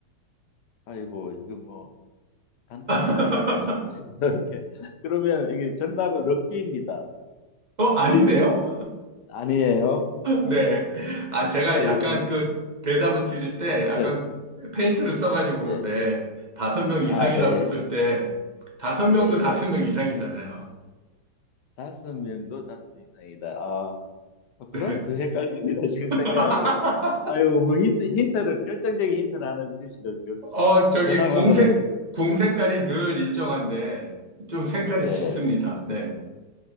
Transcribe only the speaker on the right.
<laughs>
어, 아닌데요?
네. 아, 제가
약간
그 대답을 드릴 때 약간
페인트를 써가지고 그런데
다섯 명 이상이라고
그랬을 때 다섯 명도
다섯 명 이상이잖아요.
네.
<laughs>
어, 저기
공색,
공색깔이 늘 일정한데 좀 색깔이
짙습니다. 네.